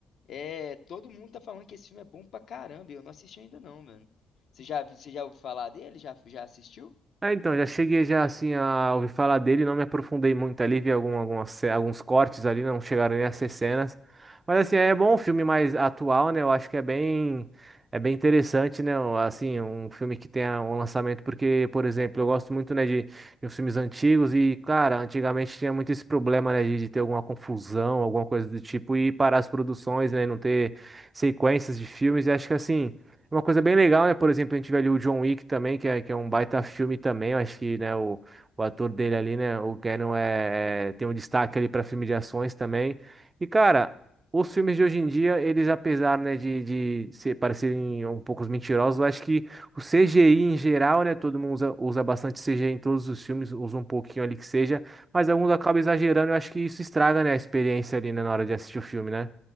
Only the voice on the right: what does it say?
Ah, então, já cheguei já assim a ouvir falar dele, não me aprofundei muito ali, vi algum, algumas, ce- alguns cortes ali, não chegaram nem a ser cenas. Mas assim, é bom um filme mais atual, né? Eu acho que é bem, é bem interessante, né? um- Assim, um filme que tenha um lançamento, porque, por exemplo, eu gosto muito, né, de, de uns filmes antigos e, cara, antigamente tinha muito esse problema, né, de, de ter alguma confusão, alguma coisa do tipo, e parar as produções, né, e não ter sequências de filmes, e acho que assim. É Uma coisa bem legal, né? Por exemplo, a gente vê ali o John Wick também, que é, que é um baita filme também. Eu acho que, né, o, o ator dele ali, né, o Keanu é, é- tem um destaque ali para filme de ações também. E, cara, os filmes de hoje em dia, eles, apesar, né, de, de ser, parecerem um pouco mentirosos, eu acho que o CGI em geral, né, todo mundo usa, usa bastante CGI em todos os filmes, usa um pouquinho ali que seja, mas alguns acabam exagerando. Eu acho que isso estraga, né, a experiência ali, né, na hora de assistir o filme, né?